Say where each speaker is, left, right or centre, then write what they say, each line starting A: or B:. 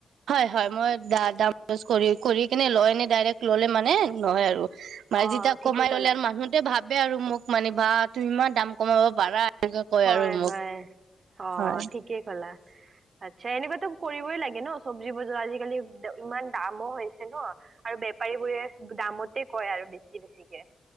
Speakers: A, on the right (about 90°); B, on the right (about 60°).
A: হয়, হয়, মই দা দাম <unintelligible> কৰি কৰি কিনে লয় এনে ডাইৰেক্ট ল'লে মানে নহয় আৰু। মানে
B: অঁ
A: যেতিয়া
B: ঠিকেই
A: কমাই
B: ক'লা
A: ল'লে আৰু মানুহটোৱে ভাবে আৰু মোক মানে বা তুমি ইমান দাম কমাব পাৰা। এনেকে কয়
B: হয়,
A: আৰু মোক
B: হয়, অ',
A: হয়
B: ঠিকে কলা। আচ্ছা এনেকুৱাতো কৰিবই লাগে ন' চব্জি বজাৰ আজিকালি <unintelligible> ইমান দামো হৈছে ন'। আৰু বেপাৰীবোৰে দামতে কয় আৰু বেছি বেছিকে।